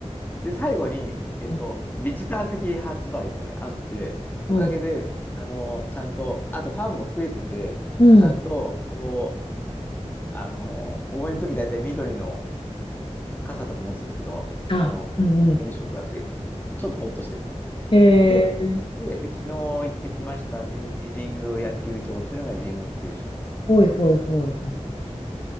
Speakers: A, on the left; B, on the left.
A: で、最後に、えっと、
B: うん、
A: ビジター席発売とかね、あって、おかげで、
B: うん、
A: あの、ちゃんと、あとファンも増えてて、
B: うん。
A: ちゃんと、
B: うん
A: こう、あの、応援の時大体緑の、傘とか持つんですけど、
B: あ、
A: あの、
B: うん、
A: 緑色が増えてきて、
B: うん。
A: ちょっとほっとしてると。
B: へえ、
A: で、で、で昨日行ってきました明治神宮野球場っていうのが神宮球場の
B: ほいほいほいほい。
A: イメージ。